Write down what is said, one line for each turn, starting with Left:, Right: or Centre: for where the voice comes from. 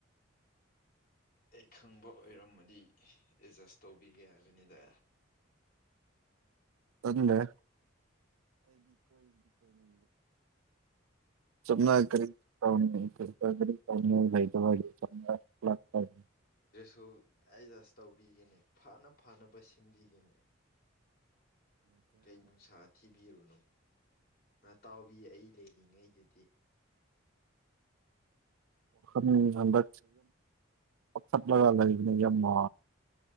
Left: ꯑꯩ ꯈꯪꯕ ꯑꯣꯏꯔꯝꯃꯗꯤ ꯑꯦꯠꯖꯁ ꯇꯧꯕꯤꯒꯦ ꯍꯥꯏꯕꯅꯤꯗ
Right: ꯇꯗꯣꯣ ꯁꯝꯅꯥ ꯀꯔꯤ ꯀꯥꯎ ꯀꯥꯎ ꯍꯥꯏ ꯆ
Left: ꯁꯨ ꯑꯦꯗꯖꯁ ꯇꯧꯕꯤꯒꯅꯤ ꯐꯅ ꯐꯅꯕ ꯁꯤꯟꯕꯤꯒꯅꯤ ꯀꯩ ꯅꯨꯡꯁꯥ ꯊꯤꯕꯤꯔꯨꯅꯨ ꯃꯇꯇꯥꯎꯕꯤ ꯑꯩ ꯂꯩꯔꯤꯉꯩꯗꯨꯗꯤ
Right: ꯅꯤꯗ ꯆꯠꯂꯒ ꯂꯅꯤꯌ ꯃꯥ